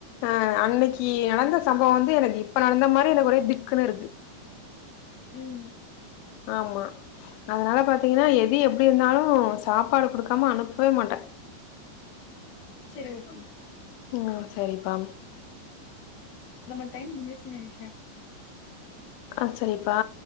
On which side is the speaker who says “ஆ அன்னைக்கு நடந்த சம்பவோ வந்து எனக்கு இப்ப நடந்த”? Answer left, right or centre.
Left